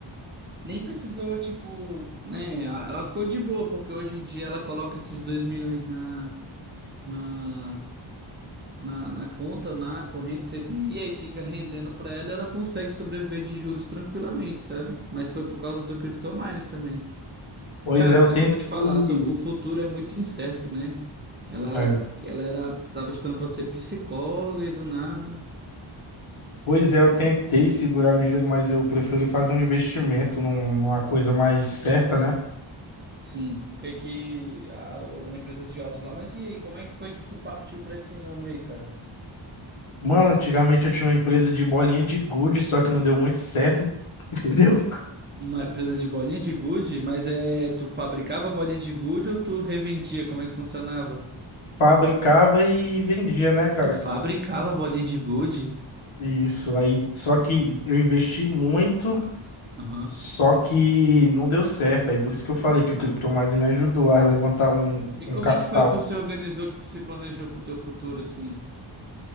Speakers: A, on the right; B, on the left.
A: nem precisou, tipo, né? a- Ela ficou de boa, porque hoje em dia ela coloca esses 2 milhões na, na, na, na conta, na corrente CDI, e aí fica rendendo pra ela e ela consegue sobreviver de juros tranquilamente, sabe? Mas foi por causa do CryptoMines também.
B: Pois
A: Cara,
B: é, eu
A: mas
B: tentei.
A: eu vou te falar sobre o futuro é muito incerto, né? Ela,
B: é,
A: ela era, tava estudando para ser psicóloga e do nada.
B: pois é, eu tentei segurar o dinheiro, mas eu preferi fazer um investimento num- numa coisa mais certa, né?
A: Sim, o que é que a, da empresa de ovos lá. Mas e aí, como é que foi que tu partiu para esse ramo aí, cara?
B: Mano, antigamente eu tinha uma empresa de bolinha de gude, só que não deu muito certo, <laughs> entendeu?
A: Uma empresa de bolinha de gude, mas é, tu fabricava bolinha de gude ou tu revendia? Como é que funcionava?
B: Fabricava e vendia, né, cara?
A: Tu fabricava bolinha de gude?
B: Isso, aí só que eu investi muito,
A: Aham.
B: só que não deu certo. Aí por isso que eu falei que o Krypton mais me ajudou a levantar um,
A: E
B: um
A: como
B: capital.
A: é que foi que tu se organizou, que tu se planejou pro teu futuro, assim?